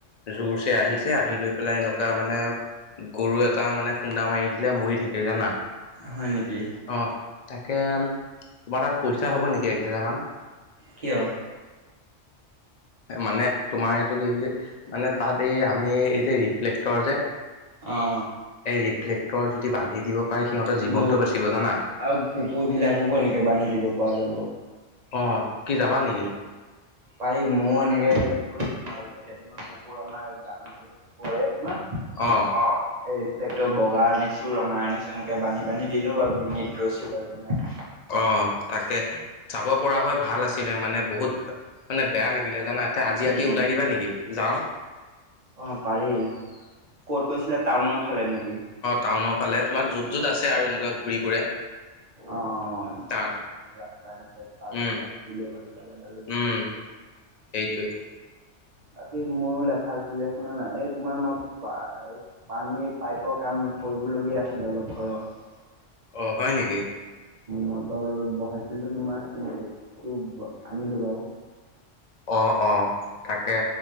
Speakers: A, on the left; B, on the right.
A: জোৰছে আহিছে আহি লৈ পেলাই এনেকুৱা মানে গৰু এটা মানে খুন্দা মাৰি দি লে মৰি থাকিল জানা।
B: হয় নেকি?
A: অ তাকে তোমাৰ তাত পইচা হ'ব নেকি এহেজাৰ মান?
B: কিয়
A: মানে তোমাৰ এইটো কি বুলি মানে তাত এই আমি এইযে ৰিফ্লেক টৰ যে
B: অ
A: এই ৰিফ্লেকটৰ যদি বান্ধি দিব পাৰে সিহঁতৰ জীৱনটো
B: গৰু
A: বাচিব জানা
B: আৰু কুকুৰ বিলাককো এনেকে বান্ধি দিব পৰা যাব।
A: অ' কি যাবা নেকি?
B: পাৰি, ময়ো এনেকে হেল্প কৰিছিলো, মাজতে কেইটামান কুকুৰ আমাৰ গাঁৱৰ চুকৰে তোমাৰ
A: অ
B: অ' এই ৰিফ্লেক্টৰ বগা আনিছোঁ, ৰঙা আনিছোঁ, এনেকে বান্ধি নি বান্ধি দিলো বাৰু ডিঙিত ৰছী এডাল বনাই।
A: অ' তাকে চাব পৰা হৈ ভাল আছিলে মানে বহুত মানে বেয়া লাগিলে জানা। এতিয়া
B: উম
A: আজি ৰাতি ওলাই দিবা নেকি যাওঁ
B: অ' পাৰি। ক'ত কৈছিলা টাউনৰ ফালে নেকি।
A: টাউনৰফালে তোমাৰ য'ত য'ত আছে আৰু এনেকুৱা ঘূৰি ফুৰে।
B: অ', অ',
A: তাত
B: অ'। ৰাস্তা ঘাটে পালে
A: উম
B: বান্ধি দিলে হ'লে ডালেডালে গৈকে।
A: উম সেইটোৱে।
B: বাকী মোৰো লেখা আছিলে শুনা নাই এই তোমাৰ মই পানীৰ পাইপৰ কাম কৰিবলগীয়া আছিল অলপ ঘৰত।
A: অ' হয় নেকি?
B: মটৰ বহাইছিলোঁ তোমাৰ চে আনিলোঁ বাৰু।
A: অ', অ' তাকে